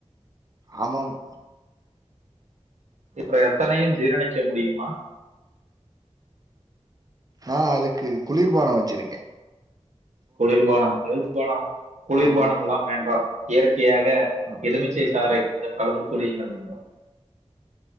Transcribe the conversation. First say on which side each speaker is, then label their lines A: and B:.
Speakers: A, on the right (about 35°); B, on the right (about 85°).
A: ஆமாம்
B: இப்பற எத்தனையூம் ஜீரணிக்க முடியுமா
A: ஆ அதுக்கு குளிர்பானோ வச்சிருக்கே
B: குளிர்பானம் குளிர்பானம் குளிர்பானம்லாம்
A: ஆமா
B: வேண்டாம் இயற்கையாக
A: ஆ,
B: எலுமிச்சை சாறை கொஞ்சோ கலந்து குடியுங்கள் நண்பா